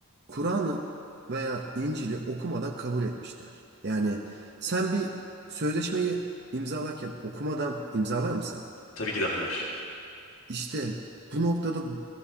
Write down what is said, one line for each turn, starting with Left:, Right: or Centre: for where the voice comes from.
Right: Kur'an'ı veya İncil'i okumadan kabul etmişler. Yani sen bir sözleşmeyi imzalarken okumadan imzalar mısın?
Left: Tabii ki de hayır.
Right: İşte bu noktada